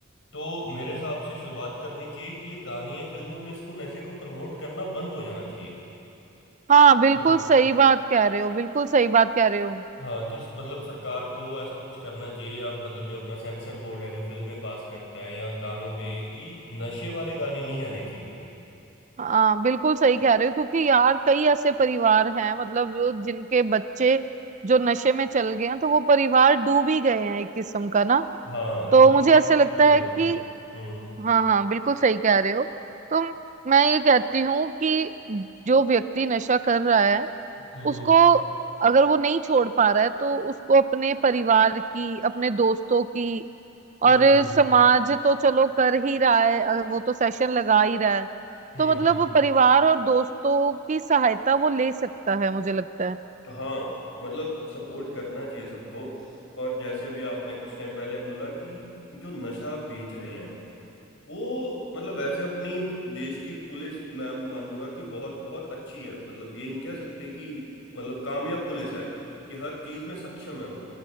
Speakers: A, on the left; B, on the right.
A: तो मेरे हिसाब से शुरुआत करनी चाहिए कि ये गाने या फिल्मों में इसको नशे को प्रमोट करना बंद हो जाना चाहिए
B: हाँ बिल्कुल
A: हाँ
B: सही बात कह रहे हो बिल्कुल सही बात कह रहे हो
A: हाँ, कि मतलब सरकार को ऐसा कुछ करना चाहिए या मतलब जो अपना सेंसर बोर्ड है जो फिल्में पास करता है या गानों पे कि नशे वाले गाने नहीं आने चाहिए
B: हाँ बिल्कुल सही कह रहे हो क्योंकि यार कई ऐसे परिवार हैं मतलब जो जिनके बच्चे जो नशे में चल गए हैं तो वो परिवार डूब ही गए हैं एक किस्म का ना
A: हाँ
B: तो
A: ये
B: मुझे
A: चीजें
B: ऐसे लगता
A: खत्म हो
B: है
A: जाती
B: कि
A: हैं हम्म
B: हाँ हाँ बिल्कुल सही कह रहे हो तो मैं ये कहती हूँ कि जो व्यक्ति नशा कर रहा है
A: हम्म
B: उसको
A: हम्म
B: अगर वो नहीं छोड़ पा रहा है तो उसको अपने परिवार की अपने दोस्तों की
A: हम्म
B: और
A: हम्म
B: समाज तो चलो कर ही रहा है अगर वो तो सेशन लगा ही रहा है
A: हम्म,
B: तो मतलब
A: हम्म।
B: परिवार और दोस्तों की सहायता वो ले सकता है मुझे लगता है
A: हाँ मतलब सपोर्ट करना चाहिए सबको और जैसे अभी आपने कुछ टाइम पहले बोला कि जो नशा बेच रहे हैं वो मतलब वैसे अपनी देश की पुलिस मैं मानूंगा कि बहुत बहुत अच्छी है मतलब ये नहीं कह सकते कि मतलब कामयाब पुलिस है कि हर चीज में सक्षम है वो